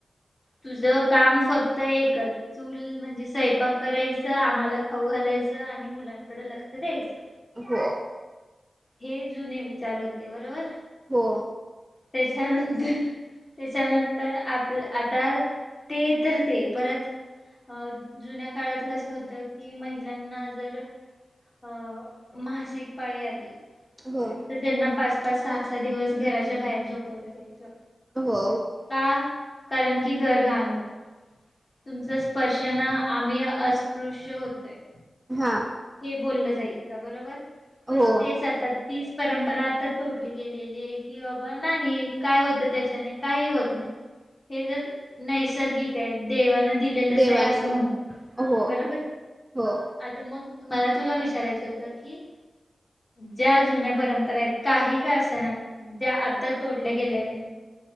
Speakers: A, on the left (about 35°); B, on the right (about 15°).
A: तुझ काम फक्त एकच चूल म्हणजे स्वयंपाक करायचं आम्हाला खाऊ घालायचं आणि मुलांकडे लक्ष द्यायचं
B: हो
A: हे जुने विचार होत बरोबर.
B: हो
A: त्याच्यानंतर त्याच्यानंतर आपल आप तर ते तर ते परत अ जुन्या काळात कसं होतं की महिलांना जर अ मासिक पाळी आली
B: हो
A: ते त्याना पाच सहा सहा दिवस घराच्या बाहेर झोपवलं जायचं
B: हो
A: का कारण की घर घाण होते. तुमच्या स्पर्शनं आम्ही अस्पृश्य होतोय.
B: हा
A: हे बोललं जाईल. बरोबर पण
B: हो
A: तेच आता तीच परंपरा आता तोडली गेलेली आहे की बाबा नाही काय होत त्याच्याने काही होत नाही हे जर नैसर्गिक आहे. देवा दिलेलंच
B: देवाने
A: आहे असं
B: दे
A: म्हणतात
B: हो हो
A: बरोबर
B: हो
A: आजुन मग मला तुला विचारायचं होत की ज्या जुन्या परंपरा आहेत काही का असे ना. त्या आता तोडल्या गेलेल्या आहेत